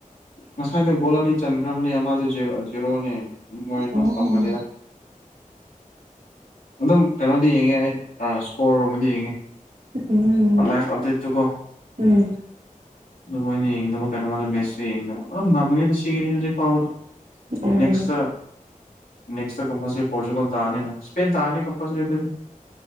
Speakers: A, on the left; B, on the right.
A: ꯉꯁꯥꯏꯗ ꯒꯣꯜ ꯑꯅꯤ ꯆꯟꯈ꯭ꯔꯕꯅꯤ ꯑꯃꯗ ꯖꯦꯔꯣꯅꯤ ꯃꯣꯏ ꯑꯗꯨꯝ
B: ꯎꯝ
A: ꯉꯝꯒꯅꯤꯗ ꯑꯗꯨꯝ ꯀꯩꯅꯣꯗꯤ ꯌꯦꯡꯉꯦ ꯑꯩ ꯏꯁꯀꯣꯔꯒꯨꯝꯕꯗꯤ ꯌꯦꯡꯉꯦ
B: ꯎꯝ
A: ꯂꯥꯏꯐ ꯑꯞꯗꯦꯠꯇꯨꯀꯣ
B: ꯎꯝ
A: ꯑꯗꯨ ꯃꯣꯏꯅ ꯌꯦꯡꯗꯕ ꯀꯩꯅꯣ ꯑꯗꯨꯝ ꯃꯦꯠꯁꯨ ꯌꯦꯡꯗꯕ ꯑꯗꯨꯝ ꯅꯝꯅꯤꯗ ꯁꯤꯒꯤꯅꯤ ꯍꯧꯖꯤꯛ ꯐꯥꯎꯕꯅꯦ
B: ꯑꯣ
A: ꯅꯦꯛꯦꯛꯁ ꯅꯦꯛꯁ ꯀꯝꯄꯜꯔꯤ ꯄꯣꯣꯔꯆꯨꯒꯜ ꯇꯥꯅꯤ ꯁꯄ ꯇꯅꯤ ꯀꯝꯄꯜꯔꯤꯗꯤ